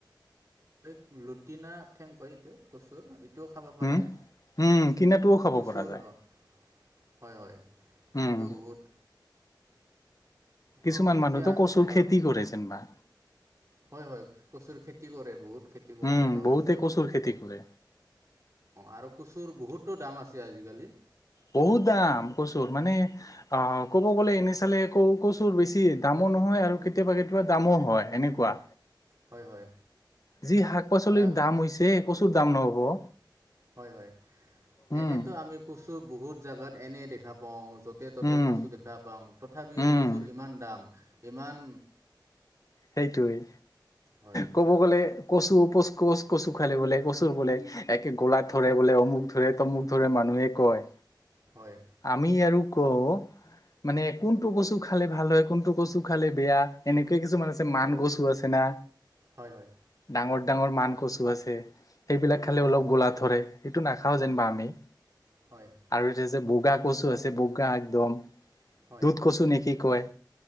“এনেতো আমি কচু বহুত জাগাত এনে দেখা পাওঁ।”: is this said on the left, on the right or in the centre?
Right